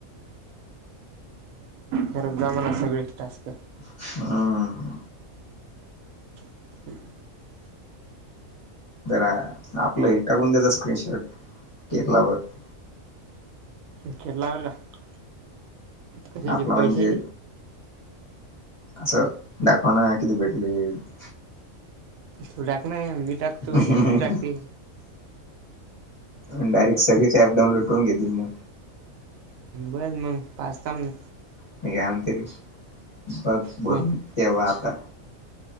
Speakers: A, on the right (about 85°); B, on the left (about 25°).
A: करत जा म्हनाव सगळेच टास्क
B: हा
A: <unintelligible>
B: जरा आपला हे टाकून द्यायच स्क्रीनशॉट <unintelligible>
A: खेत लागल का? कशाचे
B: आपला
A: पैशाची
B: म्हणजे असं, दाखव ना किती भेटलेत.
A: तू टाक ना, मी टाकतो
B: <unintelligible>
A: श्री टाकते
B: मंग डायरेक्ट सगळेच ऍप डाउनलोड करून घेतील म.
A: बरं मंग पाचतामं
B: ते काय आमच्या तच सात भरून
A: कोण
B: ठेव्हा आता